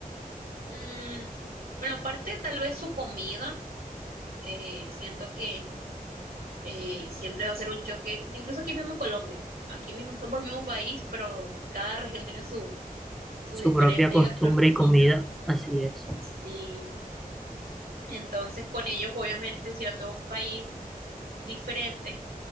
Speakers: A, on the right; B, in the centre.
A: Mm, bueno, aparte tal vez su comida, Eh, siento que eh, siempre va a ser un choque, incluso aquí mismo en Colombia, aquí mismo somos el mismo país, pero cada región tiene su, su
B: su
A: diferente
B: propia costumbre
A: gastronomía.
B: y comida, así es.
A: Sí, entonces con ellos, obviamente, siendo un país diferente,